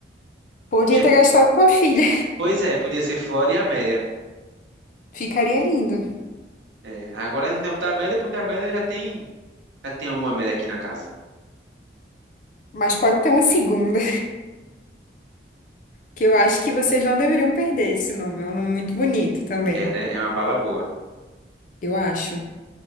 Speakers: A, on the left; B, on the right.
A: Podia
B: Je-
A: ter gastado com a filha.
B: Pois é, podia ser Flora e Amélia.
A: Ficaria lindo.
B: É, agora a gente vai botar Amélia porque a Amélia já tem Já tem alguma média aqui na casa.
A: Mas pode ter uma segunda, que eu acho que vocês não deveriam perder esse nome. É um nome muito bonito também.
B: É, né? É uma bala boa.
A: Eu acho,